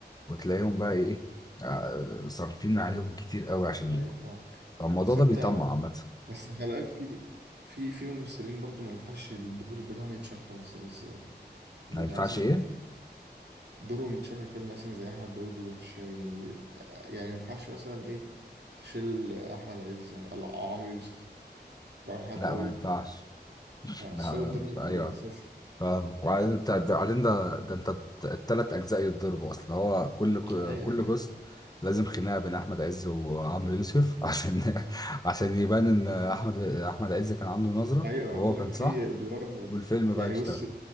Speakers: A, on the left (about 20°); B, on the right (about 75°).
A: وتلاقيهم بقى ايه آه، صارفين عليهم كتير قوي عشان يجوا
B: إيه. ايوه فاهم
A: فالموضوع
B: بس
A: ده
B: انت
A: بيطمع عامه
B: بس خلي بالك في في في ممثلين برضو ما ينفعش الدور بتاعهم يتشال خالص يعني ازاي يعني
A: ما ينفعش
B: مثلا
A: ايه
B: دوره متشال من الفيلم مثلا زي احمد داود وفيشاوي يعني يعني ما ينفعش مثلا ايه تشيل احمد عز او عمرو يوسف ولا محمد
A: لا
B: داود
A: ما ينفعش
B: اثر
A: لا لا
B: الدور
A: مش- ايوه
B: بيبقى اساسي
A: فاهم وبعدين انت ده- بعدين ده ده انت الت- التلات اجزاء يتضربوا اصل هو كل ك-
B: ايوه
A: كل
B: ايوه
A: جزء لازم خناقه بين احمد عز وعمرو يوسف <laughs> عشان عشان يبان ان احمد احمد عز كان عنده نظره
B: ايوه
A: وهو
B: اقول لك
A: كان
B: في
A: صح
B: ادوار
A: والفيلم
B: يعني
A: بقى يشتغل
B: بص